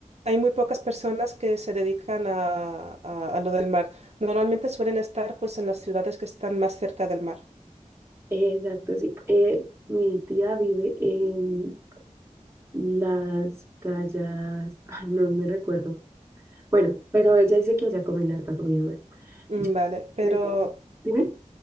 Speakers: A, on the right; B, on the right.
A: hay muy pocas personas que se dedican a, a- a lo del mar. Normalmente suelen estar pues en las ciudades que están más cerca del mar.
B: eh, exacto, sí. eh, mi tía vive en las playas, ay, no me recuerdo. Bueno, pero ella dice que allá comen harta comida. buena.
A: Mm,
B: Yo-
A: Vale, pero
B: le- dime,